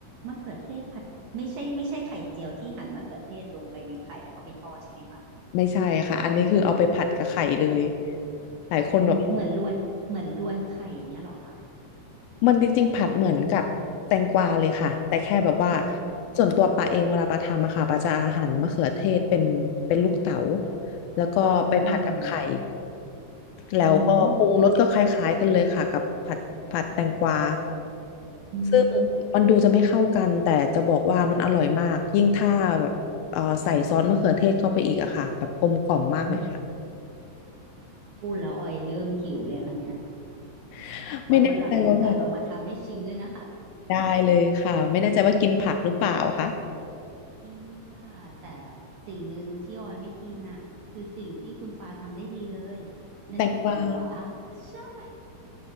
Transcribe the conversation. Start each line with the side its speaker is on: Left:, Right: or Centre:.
Right: มะเขือเทศผัดไข่ไม่ใช่ไม่ใช่ไข่เจียวที่หั่นมะเขือเทศลงไปในไข่แล้วก็ไปทอดใช่ไหมคะ
Left: ไม่ใช่ค่ะอันนี้คือเอาไปผัดกับไข่เลยหลายคนแบบงง
Right: อืมเหมือนรวนเหมือนรวนไข่อย่างเงี้ยเหรอคะ
Left: มันจริงๆผัดเหมือนกับแตงกวาเลยค่ะแต่แค่แบบว่า
Right: อ่าฮะ
Left: ส่วนตัวปาเองเวลาปาทำอะค่ะปาจะหั่นมะเขือเทศเป็นเป็นลูกเต๋าแล้วก็ไปผัดกับไข่
Right: อืม
Left: แล้วก็ปรุงรสก็คล้ายๆกันเลยค่ะกับผัดผัดแตงกวา
Right: อือหืออืม
Left: ซึ่งมันดูจะไม่เข้ากันแต่จะบอกว่ามันอร่อยมากยิ่งถ้าแบบเอ่อใส่ซอสมะเขือเทศเข้าไปอีกอะค่ะแบบกลมกล่อมมากเลยค่ะ
Right: อืมพูดแล้วออยเริ่มหิวเลยค่ะเนี่ย
Left: <laughs>
Right: ไว้วันหลังมีโอกาสเรามาทำให้ชิมด้วยนะคะ
Left: ไม่แน่ใจว่าแบบได้เลยค่ะไม่แน่ใจว่ากินผักหรือเปล่าคะ
Right: <laughs> กินค่ะแต่สิ่งหนึ่งที่ออยไม่กินอ่ะคือสิ่งที่คุณปาทำได้ดีเลยนั่นคือแตงกวา
Left: แตงกวา
Right: <laughs> ใช่